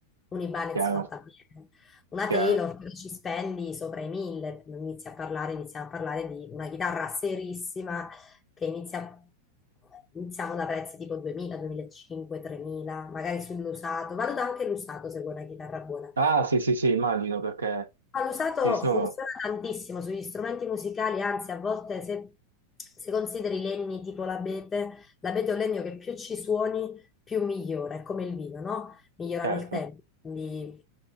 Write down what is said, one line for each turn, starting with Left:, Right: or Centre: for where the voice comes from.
Left: un Ibanez
Right: chiaro,
Left: fatta bene. Una
Right: chiaro.
Left: Taylor però ci spendi sopra i 1000, inizi a parlare, iniziamo a parlare di una chitarra serissima che inizia, iniziamo da prezzi tipo 2000, 2500, 3000, magari sull'usato. Valuta anche l'usato se vuoi una chitarra buona.
Right: Ah, sì, sì, sì, immagino perché
Left: Ma L'usato
Right: sì, sono,
Left: funziona tantissimo sugli strumenti musicali, anzi a volte se, se consideri i legni tipo l'abete, l'abete è un legno che più ci suoni più migliora, è come il vino, no? Migliora
Right: certo.
Left: nel tempo, quindi